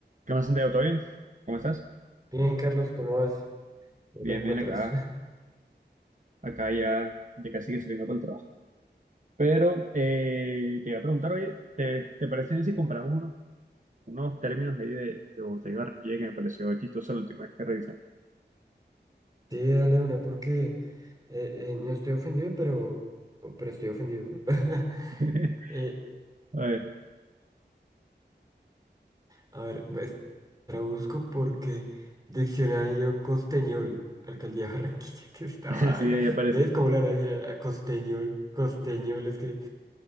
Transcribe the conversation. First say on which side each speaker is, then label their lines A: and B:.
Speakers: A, on the right (about 45°); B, on the right (about 20°).
A: ¿Qué más, Santiago? ¿Todo bien? ¿Cómo estás?
B: Bien, Carlos, ¿cómo vas? ¿Cómo
A: Bien,
B: te encuentras?
A: bien, acá,
B: <laughs>
A: acá ya, ya casi que saliendo para el trabajo. Pero eh, te iba a preguntar, oye, ¿te, te parece bien si compramos unos, unos términos ahí de, de botella de barranquilla que me pareció chistoso la última vez que revisamos?
B: Sí, dale una porque eh, eh, no estoy ofendido, pero, pero estoy ofendido. <laughs>
A: <laughs>
B: Eh,
A: A ver,
B: a ver, pues, la busco porque diccionario costeñol, alcaldía de Barranquilla, <laughs> que esta
A: <laughs>
B: vaina.
A: así ahí aparece.
B: ¿Ves cómo le van a decir a, a costeñol? Costeñol es que...